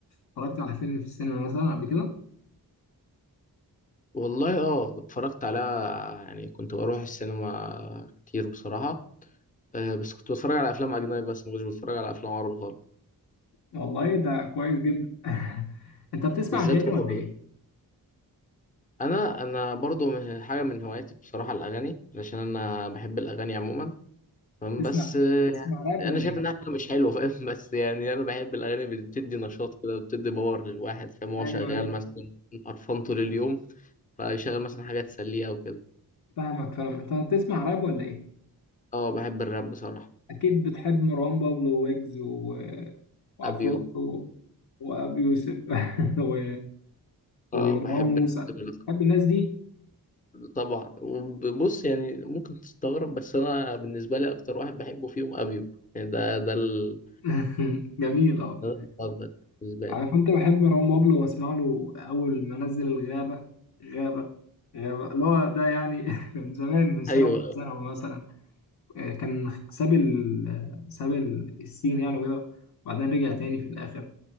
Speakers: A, on the left; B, on the left.
A: اتفرجت على فيلم في السينما مثلا قبل كده
B: والله اه اتفرجت على يعني كنت بروح السينما كتير بصراحة آه، بس كنت بتفرج على افلام اجنبي بس ما كنتش بتفرج على افلام عربي خالص
A: والله ده كويس جدا <laughs> انت بتسمع
B: بالذات
A: اغاني
B: رعب
A: ولا ايه
B: انا انا برضو من حاجة من هواياتي بصراحة الاغاني علشان انا بحب الاغاني عموما فاهم
A: تسمع
B: بس آه،
A: تسمع راب
B: يعني
A: ولا
B: انا شايف
A: ايه
B: انها حاجة مش حلوة فاهم <laughs> بس يعني انا بحب الاغاني بتدي نشاط كده بتدي باور للواحد فاهم هو
A: ايوه
B: شغال
A: ايوه
B: مثلا قرفان طول اليوم فيشغل مثلا حاجة تسليه او كده
A: فاهمك فاهم انت بتسمع راب ولا ايه
B: اه بحب الراب بصراحة
A: اكيد بتحب مروان بابلو ويجز و... وعفروتو
B: ابيو
A: وابي يوسف <laughs> و... ومروان
B: اه بحب
A: موسى
B: الناس دول.
A: بتحب الناس دي
B: طبعا وبص يعني ممكن تستغرب بس انا بالنسبه لي اكتر واحد بحبه فيهم ابيو يعني ده ده ال-
A: <laughs> جميل اه
B: ده المفضل بالنسبه
A: عارف
B: لي
A: انت بحب مروان بابلو واسمع له اول ما نزل الغابه غابه غابه اللي هو ده يعني <laughs> من زمان من سنه
B: ايوه
A: ومن سنه مثلا آه، كان ساب ال ساب ال- السين يعني وكده وبعدين رجع تاني في الاخر